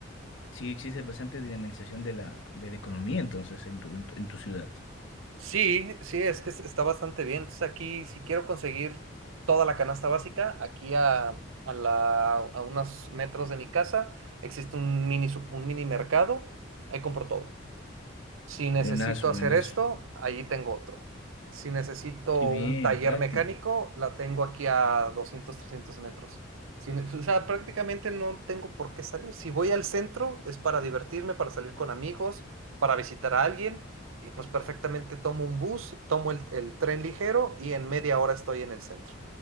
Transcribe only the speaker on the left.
Sí, existe bastante dinamización de la, de la economía, entonces, en tu, en tu, en tu ciudad.
Buenazo,
buenazo.
Qué bien,
práctico.